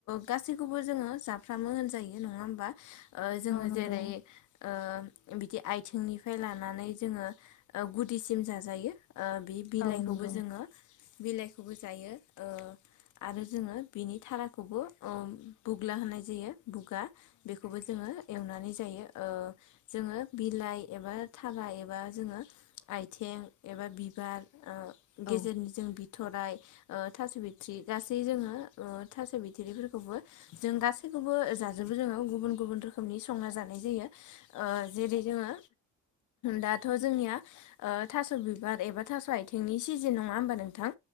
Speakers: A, on the left (about 75°); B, on the left (about 55°).
A: गासैखौबो जोङो जाफ्रामो होनजायो नङा होमबा? ओ जोङो
B: नंगौ
A: जेरै ओ बिदि आथिंनिफ्राय लानानै जोङो ओ गुदिसिम जाजायो ओ बे बिलाइखौबो
B: औ नंगौ
A: जोङो बिलाइखौबो जायो ओ आरो जोङो बिनि थाराखौबो ओ बुग्ला होनाय जायो। बुगा बेखौबो जोङो एवनानै ज जायो ओ जोङो बिलाइ एबा थारा एबा जोङो आयथें एब बा बिबार ओ
B: औ
A: गेजेरनि जों बिथराय ओ थास बिथ्रि नै जोङो ओ ओ थास' बिथ'रिफोरखौबो जों गासैखौबो जाजोबो जोङो गुबुन गुबुन रोखोमनि संना जानाय जायो। ओ जेरै जोङो दाथ' जोंनिया ओ थास' बिबार एबा थास' आयथिंनि सिजेन नङा होमबा नोंथां?